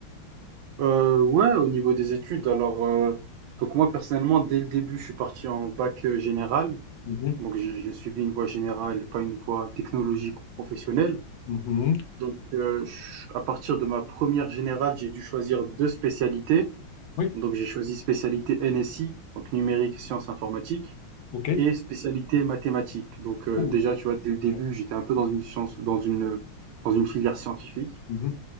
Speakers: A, on the right; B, on the left.
A: euh, ouais, au niveau des études, alors, euh, donc moi personnellement, dès le début, je suis parti en bac euh, général.
B: Mhm,
A: Donc, j'ai j'ai suivi une voie générale et pas une voie technologique ou professionnelle.
B: mhm.
A: Donc, euh, je- à partir de ma première générale, j'ai dû choisir deux spécialités.
B: Oui,
A: Donc, j'ai choisi spécialité NSI, donc numérique, sciences informatiques,
B: ok.
A: et spécialité mathématiques. Donc, euh,
B: Ouh,
A: déjà, tu vois, dès le
B: ok.
A: début, j'étais un peu dans une science, dans une, dans une filière scientifique.
B: Mhm.